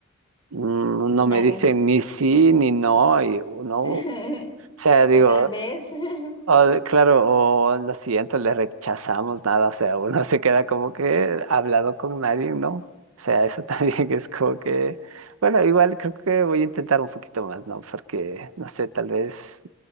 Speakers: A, on the right (about 80°); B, on the left (about 25°).
A: mm,
B: Y
A: no
B: nada.
A: me dicen ni sí ni no, y no,
B: <laughs>
A: o sea, digo,
B: O tal vez. <laughs>
A: O de- claro, o lo siguiente le rechazamos nada, o sea, uno <laughs> se queda como que hablado con nadie, ¿no? O sea, eso también <laughs> es como que, bueno, igual creo que voy a intentar un poquito más, ¿no? Porque, no sé, tal vez,